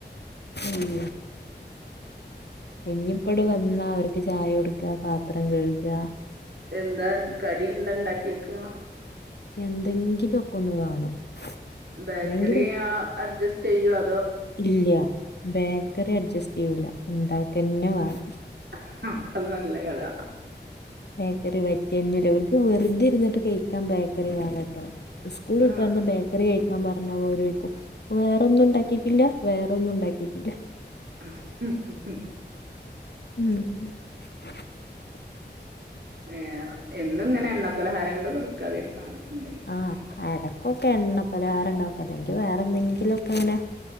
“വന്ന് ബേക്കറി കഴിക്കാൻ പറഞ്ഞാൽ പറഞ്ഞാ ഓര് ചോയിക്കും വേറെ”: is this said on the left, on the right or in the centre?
Left